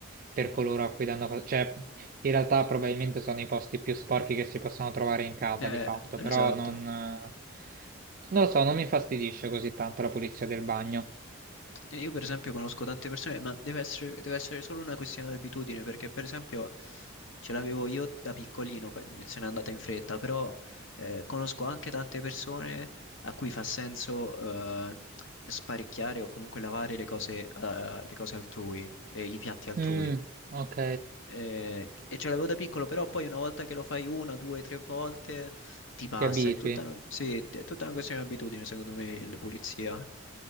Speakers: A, on the right (about 40°); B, on the left (about 65°).
A: per coloro a cui danno fastidio. Cioè, in realtà probabilmente sono i posti più sporchi che si possono trovare in casa,
B: Eh,
A: di fatto, però
B: esatto.
A: non, eh, non lo so, non mi fastidisce così tanto la pulizia del bagno.
B: E Io per esempio conosco tante persone, ma deve essere, deve essere solo una questione di abitudine, perché per esempio ce l'avevo io da piccolino, poi me- se n'è andata in fretta, però eh, conosco anche tante persone a cui fa senso eh, sparecchiare o comunque lavare le cose, eh, le cose altrui, e i piatti altrui.
A: Mm, ok,
B: Eh, e ce l'avevo da piccolo, però poi una volta che lo fai una, due, tre volte ti passa.
A: ti abitui.
B: È tutta una, sì, è tutta una questione di abitudine, secondo me, la pulizia.